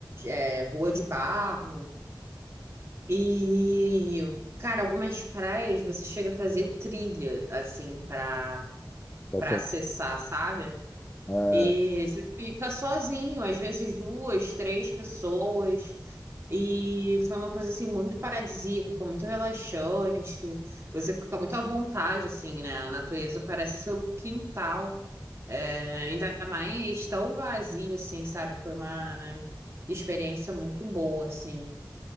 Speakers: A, on the right; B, on the left.
A: é, rua de barro, e, cara, algumas praias você chega a fazer trilha, assim, pra
B: Tá
A: para
B: certo.
A: acessar, sabe?
B: É,
A: E você fica sozinho, às vezes duas, três pessoas. E foi uma coisa assim muito paradisíaca, foi muito relaxante. Você fica muito à vontade assim, né? A natureza parece seu quintal. É, ainda mais tão vazio assim, sabe? Foi uma experiência muito boa assim.